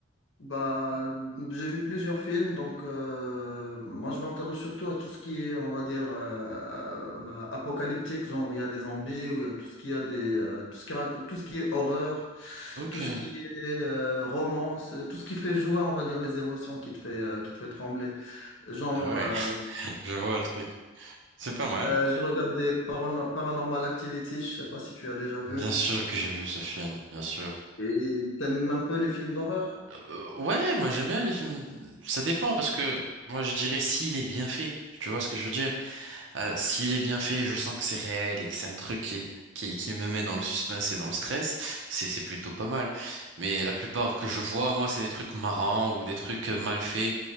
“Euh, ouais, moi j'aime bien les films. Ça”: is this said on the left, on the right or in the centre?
Right